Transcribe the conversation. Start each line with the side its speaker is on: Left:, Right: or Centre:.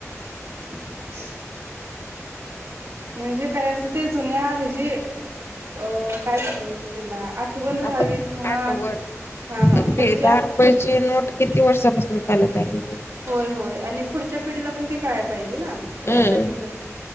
Right: <inaudible> म्हणजे काय असं ते जुन्या हे जे अ काय म्हणायच त्याला आठवण राहावी
Left: आता
Right: किंवा
Left: आठवण
Right: हा हा पुढच्या
Left: ते दहा रुपयाची नोट किती वर्षापासून चालत आली.
Right: होय, होय आणि पुढच्या पिढीला पणं ते कळाय पाहिजे ना.
Left: हम्म
Right: यासाठी पण. <inaudible>